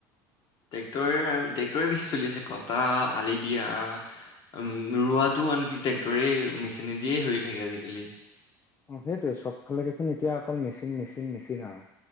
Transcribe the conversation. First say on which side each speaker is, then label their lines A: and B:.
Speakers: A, on the left; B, on the left.
A: ট্ৰেক্টৰে ট্ৰেক্টৰে বেছি চলি আছে কটা আলি, দিয়া ৰোৱাত টো আনকি ট্ৰেক্টৰে মেচিনে দিয়ে হৈ থাকে আজিকালি
B: অঁ সেইটোৱে চব ফালে দেখোন এতিয়া অকল মেচিন, মেচিন, মেচিন আৰু